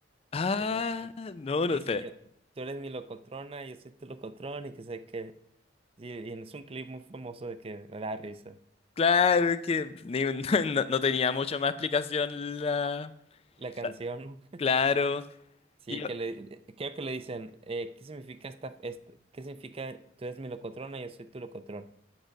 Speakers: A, on the left; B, on the right.
A: Ah,
B: que se llama, Floyd.
A: no, no
B: y
A: sé.
B: si yo, tú eres mi locotrona, yo soy tu locotrona y que sé que, sí, y es un clip muy famoso de que me da risa,
A: Claro es que ni- <laughs> no, no tenía mucho más explicación la,
B: la canción.
A: la- claro.
B: Sí,
A: Y yo-
B: que le, de- creo que le dicen, eh, ¿qué significa esta, este- qué significa tú eres mi locotrona, yo soy tu locotrón?